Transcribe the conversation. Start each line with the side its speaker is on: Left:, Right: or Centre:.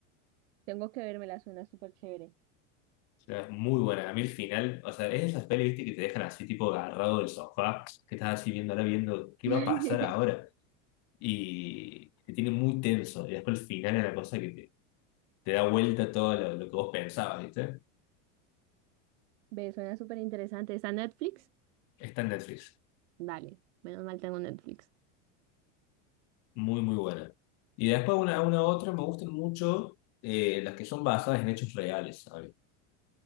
Right: Tengo que verme, la suena súper chévere.
Left: O sea, es muy buena. A mí el final, o sea, es esas pelis, viste, que te dejan así tipo agarrado del sofá, que estás así viendo ahora viendo qué
Right: <laughs>
Left: va a pasar ahora. Y te tiene muy tenso. Y después el final es la cosa que te, te da vuelta todo lo, lo que vos pensabas, ¿viste?
Right: Ve, suena súper interesante. ¿Está en Netflix?
Left: Está en Netflix.
Right: Dale, menos mal tengo Netflix.
Left: Muy, muy buena. Y después una, una otra, me gustan mucho eh, las que son basadas en hechos reales, sabes